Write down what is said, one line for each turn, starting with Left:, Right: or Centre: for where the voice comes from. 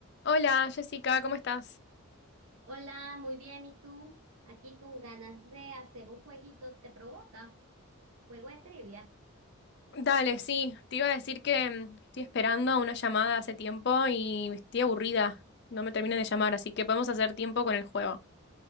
Left: Hola Jessica, ¿cómo estás?
Right: Hola, muy bien. ¿Y tú? Aquí con ganas de hacer un jueguito, ¿te provoca? Juego de trivia.
Left: Dale, sí, te iba a decir que mm, estoy esperando una llamada hace tiempo y estoy aburrida, no me terminan de llamar,
Right: Ah,
Left: así
Right: bueno.
Left: que podemos hacer tiempo con el juego.